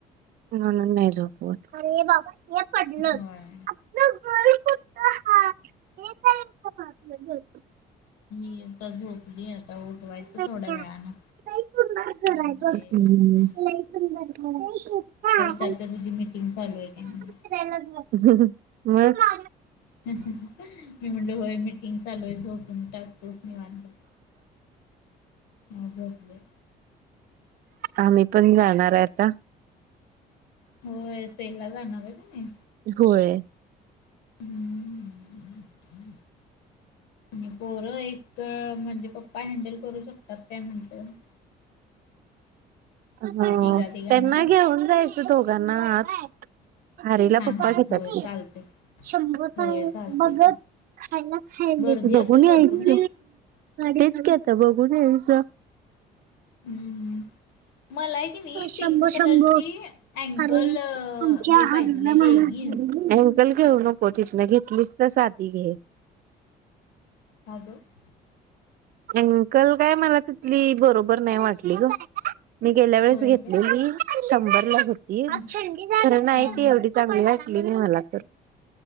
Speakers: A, on the right; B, on the left.
A: म्हणून नाही झोपवत अरे बाबा हे पडलंच.
B: होय.
A: आपलं घर कुठं हाय हे काय आपलं घर
B: ही आता झोपली आता उठवायचं
A: लई
B: थोड्या वेळानं.
A: <unintelligible>
B: म्हणजे हे होतंय. चालतं तुझी मिटिंग चालू आहे का म्हण
A: ह ह मग.
B: <unintelligible> मी म्हटल होय मीटिंग चालूय झोपून टाकतो निवांत. मग झोपलेय.
A: आम्ही पण जाणारे आता.
B: होय सेल ला जाणार आहे ना मी.
A: होय.
B: <inaudible> आणि पोरं एकतर म्हणजे पप्पा हँडल करू शकतात काय म्हटलं -
A: हो
B: तिघा
A: त्यांना
B: तिघांना
A: घेऊन जायचं दोघांना आत हारीला
B: हा
A: पप्पा
B: हा
A: घेतात
B: होय
A: की.
B: चालते
A: शंभर सांग
B: होय चालते
A: मगच खायला खायला
B: गर्दी असेल
A: बघुन यायच.
B: भरपूर नाही
A: तेच की आता बघून यायच.
B: हम् हम्म. मला आहे की नाही
A: शंभो
B: पिंक
A: शंभो
B: कलरची अँकल
A: हरण आमच्या
B: हे पाहिजे
A: हरणा
B: लेगिन्स.
A: म्हणून अँकल घेऊ नको तिथन घेतलीस तर साधी घे.
B: <unintelligible>
A: अंकल काय मला तिथली बरोबर नाही वाटली ग, मी गेल्या वेळेस
B: होय
A: घेतलेली.
B: काय
A: शंभर लाच होती,
B: हा
A: खर नाही
B: हा
A: ती
B: हा
A: एवढी चांगली वाटली मला तर.